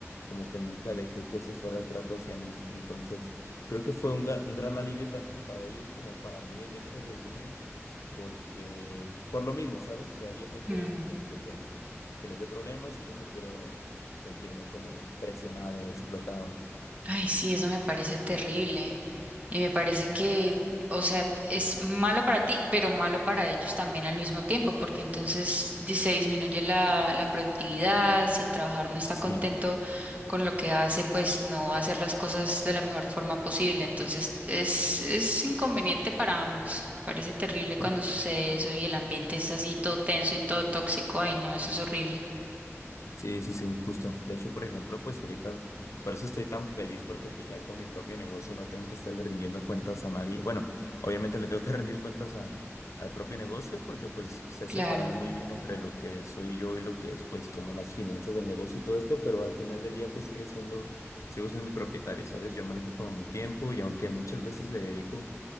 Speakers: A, on the left; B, on the right.
A: como que nunca dejé que ese fuera el trato hacia mí. Entonces, creo que fue un, ga- un gran alivio tanto para ellos como para mí el hecho de irme porque, por lo mismo, ¿sabes? O sea, ellos no quieren
B: Ujú. Mm.
A: gente que, que les dé problemas y yo no quiero sentirme como presionado o explotado.
B: Ay, sí, eso me parece terrible. Y me parece que, o sea, es malo para ti, pero malo para ellos también al mismo tiempo, porque entonces di- se disminuye la, la productividad, si el trabajador no está
A: Sí,
B: contento con lo que hace, pues no va a hacer las cosas de la mejor forma posible. Entonces es, es inconveniente para ambos. Parece terrible cuando
A: sí,
B: sucede eso y el ambiente es así todo tenso y todo tóxico. Ay, no, eso es horrible.
A: sí, sí, sí, justo. De hecho, por ejemplo, pues ahorita, por eso estoy tan feliz porque pues ya con mi propio negocio no tengo que estarle rindiendo cuentas a nadie. Bueno, obviamente le tengo que <laughs> rendir cuentas a, al propio negocio porque pues sé
B: Claro.
A: separar muy bien entre lo que soy yo y lo que es pues como las finanzas del negocio y todo esto, pero al final del día pues sigue siendo, sigo siendo el propietario, ¿sabes? Yo manejo como mi tiempo y aunque muchas veces le dedico